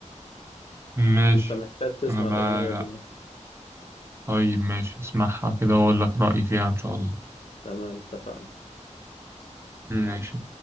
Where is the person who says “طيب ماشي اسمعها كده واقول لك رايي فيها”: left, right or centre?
Right